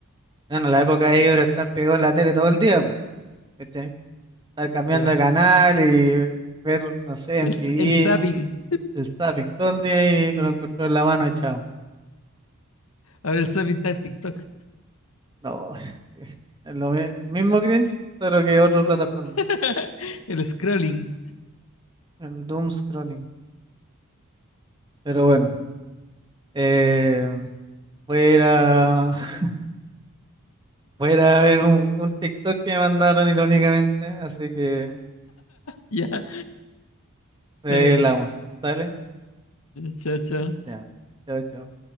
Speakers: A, on the right (about 20°); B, on the left (about 75°).
A: Bueno, la época de ellos era estar pegado en la tele todo el día, pues, ¿cachai? Estar cambiando
B: Sí.
A: de canal y ver, no sé,
B: El,
A: MTV,
B: el zapping.
A: o el zapping, todo el día ahí con el control en la mano echado.
B: Ahora el zapping está en TikTok.
A: No, <laughs> sí. Es lo mi- mismo cringe, pero que otra plataforma.
B: <laughs> el scrolling.
A: El doom scrolling. Pero bueno, eh, voy a ir a, <laughs> voy a ir a ver un, un TikTok que me mandaron irónicamente, así que.
B: Ya, yeah,
A: Ahí
B: está bien.
A: hablamos. ¿Sale?
B: Chao, chao.
A: Ya. Chao, chao.